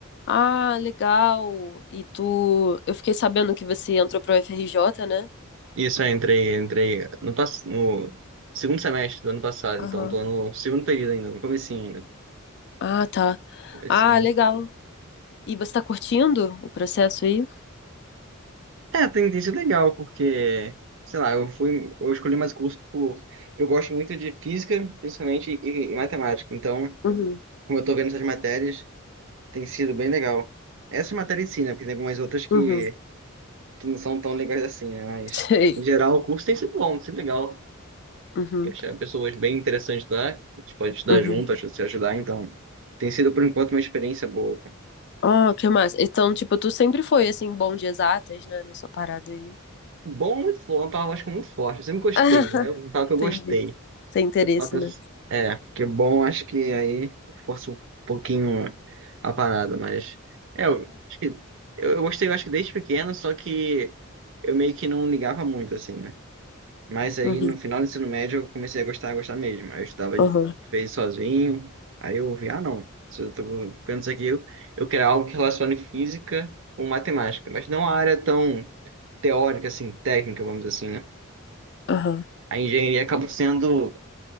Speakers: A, on the left; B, on the right.
A: Ah, legal. E tu. Eu fiquei sabendo que você entrou pro FRJ, né?
B: Isso, eu entrei, entrei no, pass- no segundo semestre do ano passado,
A: Aham.
B: então tô no segundo período ainda, no comecinho ainda.
A: Ah, tá.
B: Comecinho.
A: Ah, legal. E você tá curtindo o processo aí?
B: É, tem, tem sido legal, porque, sei lá, eu fui, eu escolhi mais curso por, eu gosto muito de física, principalmente, e, e matemática, então,
A: Uhum.
B: como eu tô vendo essas matérias, tem sido bem legal. Essa matéria em si, né, porque tem algumas outras que,
A: Uhum.
B: que não são tão legais assim, né, mas,
A: <laughs> Sei.
B: em geral, o curso tem sido bom, tem sido legal.
A: Uhum.
B: Eu tinha pessoas bem interessantes lá, a gente pode estudar
A: Uhum.
B: junto, acho que se ajudar, então. Tem sido, por enquanto, uma experiência boa. cara.
A: Ah, que massa. Então, tipo, tu sempre foi, assim, bom de exatas, né? Nessa parada aí.
B: Um Bom é muito forte, uma palavra acho que é muito forte. Eu sempre
A: <laughs>
B: gostei,
A: Ah,
B: né? Eu falo que
A: entendi.
B: eu gostei.
A: Tem interesse,
B: Eu falo que eu-
A: né?
B: É, porque bom, acho que aí força um pouquinho a parada, mas. É, eu acho que. Eu eu gostei, eu acho que desde pequeno, só que eu meio que não ligava muito, assim, né? Mas aí
A: Uhum,
B: no final do ensino médio eu comecei a gostar, a gostar mesmo. Aí eu estudava
A: aham,
B: de- às vezes sozinho, aí eu vi, ah não, se eu tô vendo isso aqui, eu, eu quero algo que relacione física com matemática, mas não a área tão teórica, assim, técnica, vamos dizer assim, né?
A: aham.
B: A engenharia acabou sendo